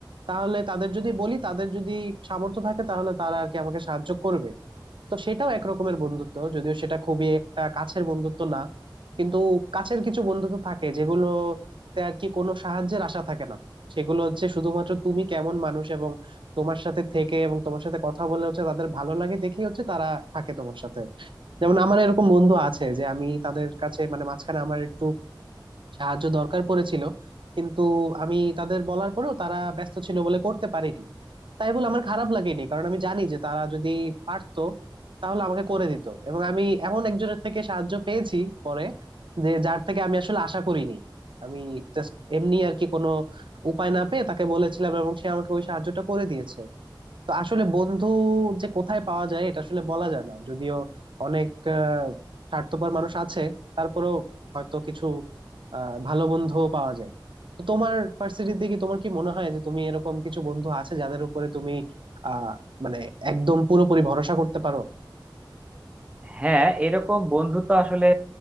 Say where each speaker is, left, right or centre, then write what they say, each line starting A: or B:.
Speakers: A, on the right; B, on the right.
A: তাহলে তাদের যদি বলি তাদের যদি সামর্থ্য থাকে তাহলে তারা আর কি আমাকে সাহায্য করবে তো সেটাও একরকমের বন্ধুত্ব যদিও সেটা খুবই একটা কাছের বন্ধুত্ব না কিন্তু কাছের কিছু বন্ধুত্ব থাকে যেগুলোতে আর কি কোনো সাহায্যের আশা থাকে না সেগুলো হচ্ছে শুধুমাত্র তুমি কেমন মানুষ এবং তোমার সাথে থেকে এবং তোমার সাথে কথা বলে হচ্ছে তাদের ভালো লাগে দেখেই হচ্ছে তারা থাকে তোমার সাথে যেমন আমার এরকম বন্ধু আছে যে আমি তাদের কাছে মানে মাঝখানে আমার একটু সাহায্য দরকার পড়েছিল কিন্তু আমি তাদের বলার পরেও তারা ব্যস্ত ছিল বলে করতে পারেনি তাই বলে আমার খারাপ লাগেনি কারণ আমি জানি যে তারা যদি পারতো তাহলে আমাকে করে দিত এবং আমি এমন একজনের থেকে সাহায্য পেয়েছি পরে যে যার থেকে আমি আসলে আশা করিনি আমি জাস্ট এমনি আর কি কোনো উপায় না পেয়ে তাকে বলেছিলাম এবং সে আমাকে ওই সাহায্যটা করে দিয়েছে তো আসলে বন্ধু যে কোথায় পাওয়া যায় এটা আসলে বলা যায় না যদিও অনেক আহ, স্বার্থপর মানুষ আছে তারপরেও হয়তো কিছু আহ, ভালো বন্ধুও পাওয়া যায় তো তোমার ভার্সিটিতে কি তোমার কি মনে হয় যে তুমি এরকম কিছু বন্ধু আছে যাদের উপরে তুমি আহ মানে একদম পুরোপুরি ভরসা করতে পারো
B: হ্যাঁ এরকম বন্ধু তো আসলে